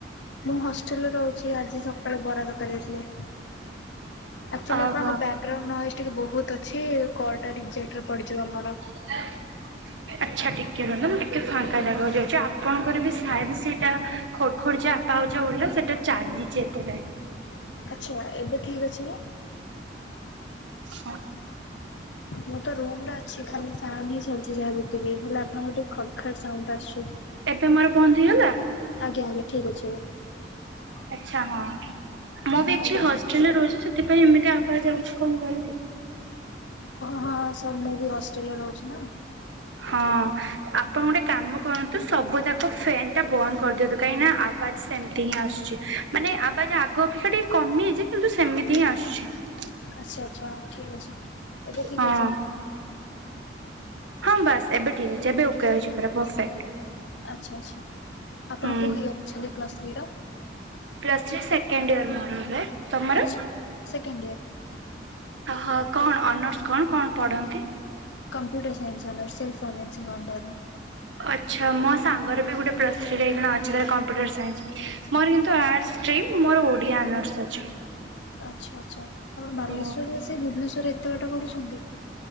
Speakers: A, on the left; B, on the right.
A: ମୁଁ ହଷ୍ଟେଲ ରେ ରହୁଛି ଆଜି ସକାଳେ ବରା ତରକାରି ଦେଇଥିଲେ। ଆକଚୁଆଲି
B: ଓହୋ।
A: ଆପଣଙ୍କ ବ୍ୟାଗ୍ ଗ୍ରାଉଣ୍ଡ ନଏଜ ଟିକେ ବହୁତ ଅଛି କଲଟା ରିଯେକ୍ଟରେ ପଡିଯିବ ଆମର।
B: <unintelligible> ଆଚ୍ଛା ଟିକେ ରୁହନ୍ତୁ ମୁଁ ଟିକେ ଫାଙ୍କା ଜାଗାକୁ ଯାଉଛି ଆପଣଙ୍କର ବି ସାୟଦ ସେଇଟା ଖଡ଼ ଖଡ଼ ଯା <unintelligible> ସେଟା ଚାଲିଛି ଏତେ ଯାଏ।
A: ଆଛା ଏବେ ଠିକ୍ ଅଛି ନା?
B: ହଁ।
A: ମୁଁ ତ ରୁମ୍ ରେ ଅଛି ଖାଲି ଫ୍ୟାନ ହିଁ ଚାଲିଛି ଯାହା ଯେତିକି ହେଲେ ଆପଣଙ୍କୁ ଟିକେ ଖଡଖାଡ ସାଉଣ୍ଡ ଆସୁଛି।
B: ଏବେ ମାର ବନ୍ଦହେଇଗଲା?
A: ଆଜ୍ଞା ଆଜ୍ଞା ଠିକ୍ ଅଛି ଏବେ।
B: ଆଚ୍ଛା ହଁ, ମୁଁ ବି ଆକଚୁଆଲି
A: ଆଜ୍ଞା।
B: ହଷ୍ଟେଲରେ ରହୁଛି ସେଥିପାଇଁ ଏମିତି ଆବାଜ ଆଉଛି କଣ କରିବି?
A: ହଁଁ ସାର୍ ମୁଁ ବି ହଷ୍ଟେଲରେ ରହୁଛି ନା।
B: ହଁ। ଆପଣ ଗୋଟେ କାମ କରନ୍ତୁ ସବୁ ଯାକ ଫ୍ୟାନ ଟା ବନ୍ଦ କରିଦିଅନ୍ତୁ କାହିଁକି ନା ଆବାଜ ସେମିତି ହିଁ ଆସୁଛି। ମାନେ ଆବାଜ ଆଗ ଅପେକ୍ଷା ଟିକେ କମିଯାଇଛି କିନ୍ତୁ ସେମିତି ହିଁ ଆସୁଛି।
A: ଆଚ୍ଛା ଆଚ୍ଛା ଠିକ୍ ଅଛି ଏବେ ଠିକ
B: ହଁ
A: ଅଛି କି?
B: ହଁ ବାସ୍ ଏବେ ଠିକ୍ ଅଛି ଏବେ ଓକେ ଅଛି ପୁରା ପରଫେକ୍ଟ।
A: ଆଚ୍ଛା ଆଚ୍ଛା ଆପଣ
B: ହୁଁ।
A: କଉଁ ଇୟର ଅଛନ୍ତି ପ୍ଲସ୍ ଥ୍ରୀର?
B: ପ୍ଲସ୍ ଥ୍ରୀ ସେକଣ୍ଡ ୟର୍ ମୋର ଏବେ ତମର?
A: ଆଚ୍ଛା ସେକେଣ୍ଡ ଇୟର
B: ଓହୋ କଣ ଅନର୍ସ କଣ କଣ ପଢ଼ନ୍ତି?
A: Computer science honours self financing ଅଣ୍ଡରରେ।
B: ଆଚ୍ଛା ମୋ ସାଙ୍ଗର ବି ଗୋଟେ ପ୍ଲସ ଥ୍ରିରେ ଏଇଖଣା ଅଛି ତାର କମ୍ପ୍ୟୁଟର ସାଇନ୍ସ। ମୋର କିନ୍ତୁ ଆର୍ଟସ ଷ୍ଟ୍ରିମ୍ ମୋର ଓଡ଼ିଆ ହନର୍ଶ ଅଛି।
A: ଆଚ୍ଛା ଆଚ୍ଛା, ଆପଣ ବାଲେଶ୍ୱରରୁ
B: ଓ
A: ଆସି ଭୁବନେଶ୍ୱରରେ ଏତେ ବାଟ ପଢ଼ୁଛନ୍ତି?